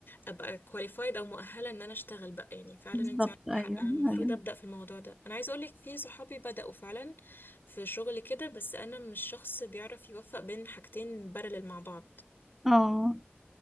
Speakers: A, on the left; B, in the centre.
A: ابقى كواليفايد او مؤهله ان انا اشتغل بقى يعني فعلا
B: بالظبط
A: انت عندك
B: أيوه
A: حق انا المفروض
B: أيوه
A: ابدا في الموضوع ده انا عايزه اقولك في صحابي بداوا فعلا في شغل كده بس انا مش شخص بيعرف يوفق بين حاجتين بارلل مع بعض
B: اه